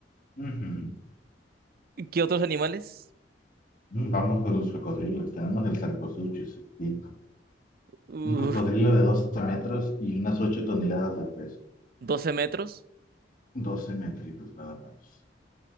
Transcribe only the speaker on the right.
¿Qué otros animales?
Uf,
12 metros.